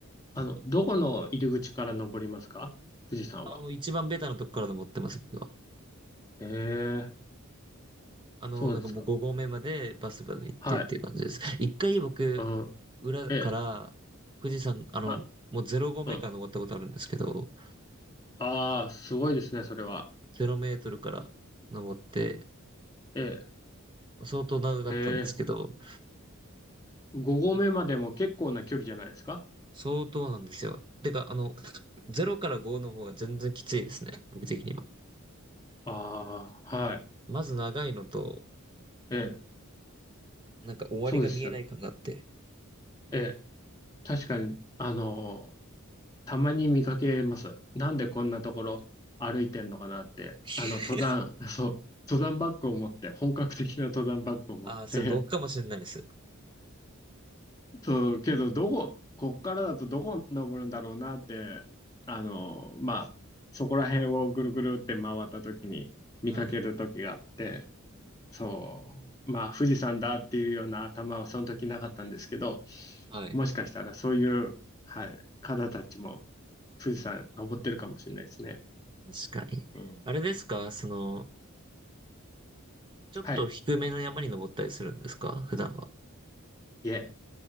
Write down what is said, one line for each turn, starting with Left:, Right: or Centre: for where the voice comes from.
Left: あの、どこの入り口から登りますか富士山は。
Right: あの、一番ベタなとこからで持ってます、僕は。
Left: へえ、
Right: あの、
Left: そうですか。
Right: なんかもう5合目までバスまで行ってっていう感じです。
Left: はい。
Right: 一回僕、
Left: うん。
Right: 裏から富士山、
Left: ええ。
Right: あの、
Left: あ、
Right: もう0合目から登ったことあるんですけど、
Left: うん。ああ、すごいですね、それは。
Right: もう0メートルから登って、
Left: え
Right: 相当長かったんですけど、
Left: え。へえ。5合目までも結構な距離じゃないですか
Right: なんか相当なんですよ。てか、あの、0から5の方が全然きついですね、僕的には。
Left: ああはい。
Right: まず長いのと、
Left: ええ、
Right: なんか終わりが見えない感があって。
Left: そうです。ええ、確かに、あのーたまに見かけます。なんでこんなところ歩いてんのかなって。
Right: <laughs>
Left: あの、登山、<laughs> そう、登山バッグを持って、本格的な登山バッグを持って、
Right: ああ、それ僕かもしれないです。
Left: そう、けど、どこ、こっからだとどこに登るんだろうなって、あのーまあ、そこら辺をぐるぐるって回った時に見かける時があって、
Right: はい。
Left: そう、まあ富士山だっていうような頭はその時なかったんですけど、
Right: はい。
Left: もしかしたらそういう、はい、方たちも富士山登ってるかもしれないですね。
Right: 確かに。
Left: うん。
Right: あれですかその、ちょっと低めの山に登ったりするんですか普段は。
Left: はい。いえ、